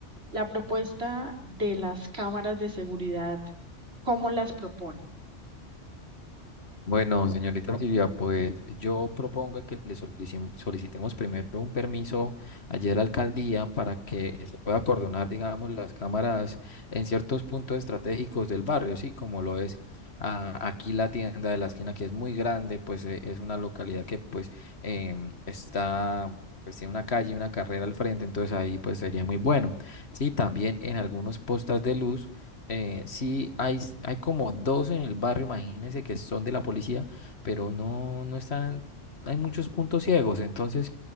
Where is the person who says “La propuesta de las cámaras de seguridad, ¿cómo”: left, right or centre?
Right